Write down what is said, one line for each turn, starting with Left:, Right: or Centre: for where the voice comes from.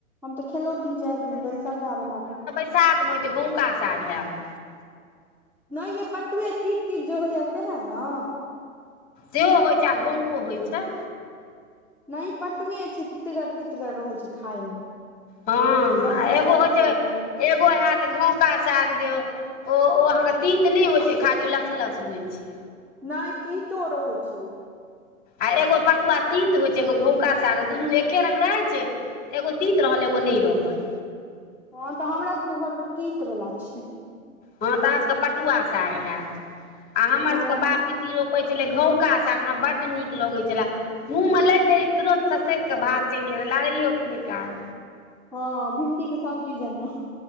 Centre: हम तऽ खेलौ तीन चाइर दिन दैल सग्गा बनाकऽ
Left: साग से होइ छै तऽ गहुँका साग हैत
Centre: नै यै पटुए तीन तीन जगह या सएह न
Left: सेहो होइ छै आ घौको होइ छै।
Centre: नै पटुए छै तितगर तितगर रहै छै खाय मे
Left: हँ
Centre: लस
Left: आ
Centre: लस
Left: एगो
Centre: लस
Left: होइ छै
Centre: लस रहल
Left: एगो हयत घौका साग जे ओ ओ अहाँकेँ तीत नै होइ छै खाली लस्स लस्स होइ छै
Centre: नै तीतो रहै छै ओ।
Left: आ एगो पटुआ तीत होइ छै एगो घौका साग दुन्नू एके रंग रहै छै। एगो तीत रहल एगो नै रहल।
Centre: हँ तऽ हमरा सभके घर पर तीत वला छै
Left: हँ तऽ अहाँ सभके पटुआ चाय हयत आ हमर
Centre: हँ
Left: सभके बाप पिती रोप पै छलै घौका साग हमरा बड्ड नीक लगैत छले मुँह मे लागि देली तुरन्त ससै कऽ भाव चलि जाय रह लड़ाइयओ निकाज
Centre: ह भिणडी के सब्जी जेना